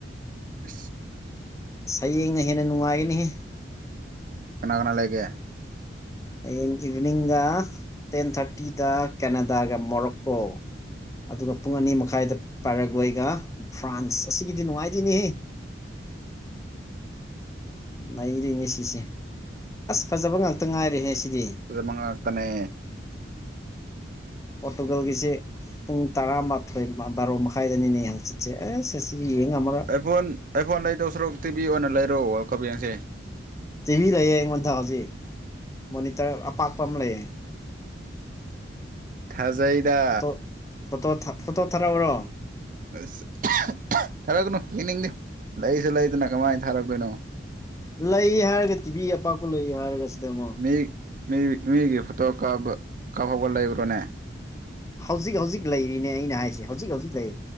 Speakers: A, on the right (about 45°); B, on the left (about 15°).
A: ꯑ
B: ꯁꯌꯦꯡꯅ ꯍꯦꯟꯅ ꯅꯨꯡꯉꯥꯏꯒꯅꯤꯍ
A: ꯀꯅꯥ ꯀꯅꯥ ꯂꯩꯒꯦ
B: ꯍꯌꯦꯡ ꯏꯚꯤꯅꯤꯡꯒ ꯇꯦꯟ ꯊꯥꯔꯇꯤꯗ ꯀꯦꯅꯥꯗꯥꯒ ꯃꯣꯔꯣꯛꯀꯣ ꯑꯗꯨꯒ ꯄꯨꯡ ꯑꯅꯤ ꯃꯈꯥꯏꯗ ꯄꯥꯏꯔꯒꯣꯏꯒ ꯐ꯭ꯔꯥꯟꯁ ꯑꯁꯤꯒꯤꯗꯤ ꯅꯨꯡꯉꯥꯏꯗꯣꯏꯅꯤ ꯂꯩꯔꯤꯅꯦ ꯁꯤꯁꯦ ꯑꯁ ꯐꯖꯕ ꯉꯥꯛꯇ ꯉꯥꯏꯔꯦꯍꯦ ꯁꯤꯗꯤ
A: ꯑꯗꯨꯗ ꯃꯉꯥꯛꯇꯅꯦ
B: ꯄꯣꯔꯇꯨꯒꯜꯒꯤꯁꯤꯦ ꯄꯨꯡ ꯇꯔꯥꯃꯥꯊꯣꯏ ꯕꯥꯔꯣ ꯃꯈꯥꯏꯗꯅꯤꯅꯦ ꯍꯪꯆꯤ ꯁꯁ ꯌꯦꯡ ꯉ ꯑꯃꯔ
A: ꯑꯥꯏꯐꯣꯟ ꯑꯩ ꯐꯣꯟ ꯂꯩꯗꯧ ꯁꯔ ꯇꯤ ꯚꯤ ꯑꯣꯏꯅ ꯂꯩꯔꯣ ꯋꯥꯔꯜ ꯀꯞ ꯌꯦꯦꯡꯁꯦ
B: ꯇꯤꯚꯤ ꯂꯩꯌꯦ ꯑꯩꯉꯣꯟꯗ ꯍꯧꯖꯤꯛ ꯃꯣꯅꯤꯇꯔ ꯑꯄꯥꯛꯄ ꯑꯃ ꯂꯩꯌꯦ
A: ꯊꯥꯖꯩꯗ
B: ꯐꯣꯇꯣ ꯐꯣꯇꯣ ꯐꯣꯇꯣ ꯊꯥꯔꯛꯎꯔꯣ
A: ꯑꯁ ꯊꯥꯔꯛꯀꯅꯨ ꯌꯦꯅꯤꯡꯗꯦ ꯂꯩꯁꯨ ꯂꯩꯗꯅ ꯀꯃꯥꯏꯅ ꯊꯥꯔꯛꯇꯣꯏꯅꯣ
B: ꯂꯩ ꯍꯥꯏꯔꯒ ꯇꯤꯚꯤ ꯑꯄꯥꯛꯄ ꯂꯩ ꯍꯥꯏꯔꯒ ꯁꯤꯗ ꯑꯃꯣ
A: ꯃꯤ ꯃꯤ ꯃꯤꯒꯤ ꯐꯣꯇꯣ ꯀꯥꯞꯍꯧꯕ ꯂꯩꯕ꯭ꯔꯣꯅꯦ
B: ꯍꯧꯖꯤꯛ ꯍꯧꯖꯤꯛ ꯂꯩꯔꯤꯅꯦ ꯑꯩꯅ ꯍꯥꯏꯁꯤ ꯍꯧꯖꯤꯛ ꯍꯧꯖꯤꯛ ꯂꯩꯔꯤ